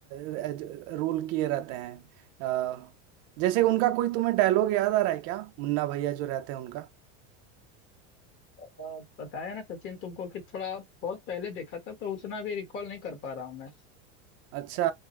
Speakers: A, on the right; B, on the left.
A: रोल किए रहते हैं अ, जैसे उनका कोई तुम्हें डायलॉग याद आ रहा है क्या मुन्ना भैया जो रहते हैं उनका
B: अ, बताया ना सचिन तुमको कि थोड़ा बहुत पहले देखा था तो उतना भी रिकॉल नहीं कर पा रहा हूँ मैं
A: अच्छा